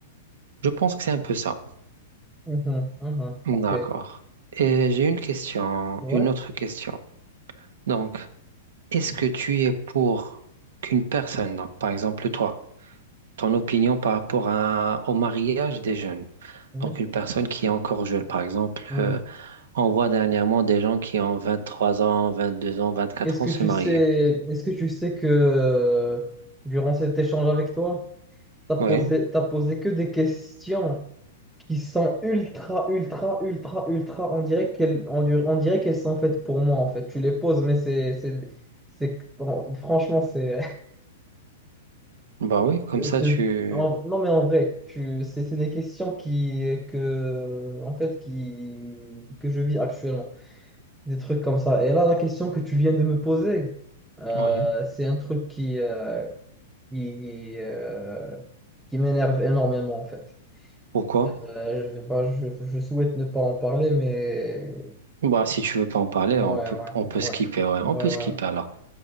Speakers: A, on the right; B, in the centre.
A: je pense que c'est un peu ça.
B: Mhm, mhm.
A: D'accord.
B: Ok.
A: Et j'ai une question,
B: Ouais.
A: une autre question. Donc, Est-ce que tu es pour qu'une personne, donc par exemple toi, ton opinion par rapport à- au mariage des jeunes,
B: ouais.
A: donc une personne qui est encore jeune, par exemple,
B: Mhm.
A: euh, on voit dernièrement des gens qui ont 23 ans, 22 ans, vingt-quatre
B: Est-ce que
A: ans se
B: tu
A: marier.
B: sais, est-ce que tu sais que euh, durant cet échange avec toi, T'as posé,
A: Oui,
B: t'as posé que des questions qui sont ultra, ultra, ultra, ultra. On dirait qu'elles, on, dir- on dirait qu'elles sont faites pour moi, en fait. Tu les poses, mais c'est, c'est, c'est, non, franchement, c'est.
A: bah oui,
B: <laughs>
A: comme
B: je
A: ça
B: te-
A: tu...
B: en- non, mais en vrai, tu, c'est c'est des questions qui, que, en fait, qui, que je vis actuellement. Des trucs comme ça. Et là, la question que tu viens de me poser, euh,
A: Oui.
B: c'est un truc qui, euh, qui, euh, qui m'énerve énormément, en fait.
A: Pourquoi?
B: Euh, bah, je, je souhaite ne pas en parler, mais
A: Bah si tu veux pas en parler,
B: ouais,
A: on peut,
B: ouais,
A: on peut skipper,
B: ouais,
A: ouais, on
B: ouais,
A: peut
B: ouais.
A: skipper alors.